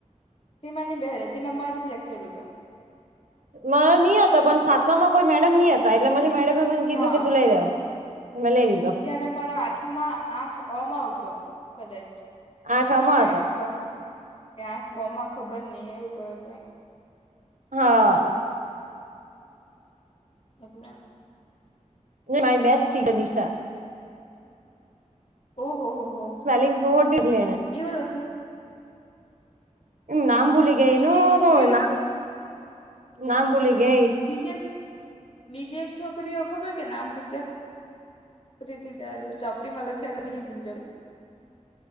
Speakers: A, on the left; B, on the right.
A: તેમાં ની બેહેલી તીમાં મારો જ લેક્ચર હુતો.
B: મારો ની હતો પણ સાતમામાં કોઈ મેડમ ની હતા હતા એટલે પછી મેડમે મને કીધું
A: હા
B: કે તું લઈ લે તો મેં લઈ લીધો
A: કે મારો આઠમાં આઠ અ માં હતો કદાચ
B: આઠમાં
A: કે
B: હતો
A: આઠ બ માં કે આઠ બમાં ખબર ની એવું કય હતો
B: હા
A: અટલે
B: મારી બેસ્ટ ટીચર ડીસા
A: ઓ હો હો!
B: સ્મેલિંગ <unintelligible>
A: એવું લખેલું હોય
B: નામ ભૂલી ગેય
A: બીજી
B: એનું....
A: એક છોકરીઓ
B: નામ ભૂલી ગેય
A: બીજે બીજે એક છોકરીઓ ખબર કે નામ પુસયા કરાચીથી તારું ચોપડીમા લખ્યા <unintelligible>